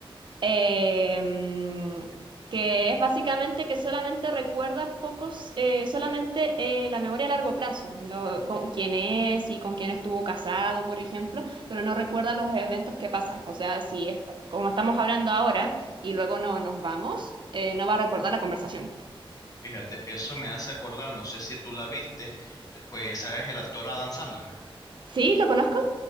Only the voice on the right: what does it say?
em, que es básicamente que solamente recuerda pocos, eh, solamente eh, la memoria a largo plazo, lo- con quién es y con quién estuvo casado, por ejemplo, pero no recuerda los eventos que pasan. O sea, si es- como estamos hablando ahora y luego no nos vamos, eh, no va a recordar la conversación.
¿Sí? ¿Lo conozco?